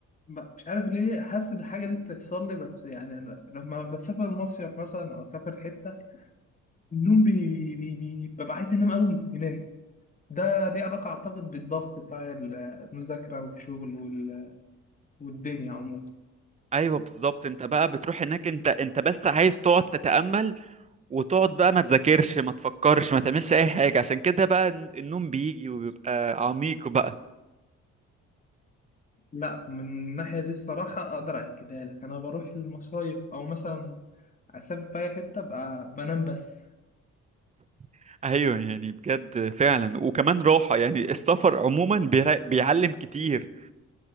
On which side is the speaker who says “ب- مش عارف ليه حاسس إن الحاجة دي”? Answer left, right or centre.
Left